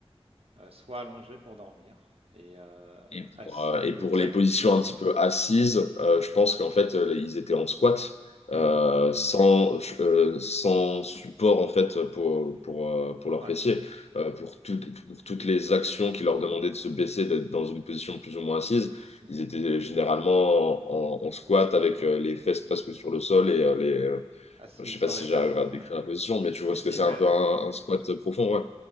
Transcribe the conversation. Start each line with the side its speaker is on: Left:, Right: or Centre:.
Right: euh, soit allongé pour dormir, et euh,
Left: Et
Right: assis
Left: pour, euh, et
Right: euh,
Left: pour
Right: très
Left: les
Right: peu,
Left: positions
Right: quoi.
Left: un petit peu assises, euh, je pense qu'en fait, euh, ils étaient en squat euh,
Right: Mhm.
Left: sans, euh, sans support en fait pour, pour, euh, pour leurs
Right: Ouais.
Left: fessiers, Euh, pour, toutes pour toutes les actions qui leur demandaient de se baisser, d'être dans une position plus ou moins assise.
Right: Mm.
Left: Ils étaient généralement en, en- en squat
Right: En squat,
Left: avec
Right: ouais.
Left: euh, les fesses presque sur le sol et euh, les, euh,
Right: Ah si,
Left: je sais
Right: sur
Left: pas si
Right: les talons,
Left: j'arrive à décrire
Right: ouais.
Left: la position, mais tu
Right: Si,
Left: vois ce
Right: si,
Left: que c'est
Right: ouais,
Left: un peu
Right: même.
Left: un, un squat profond, ouais.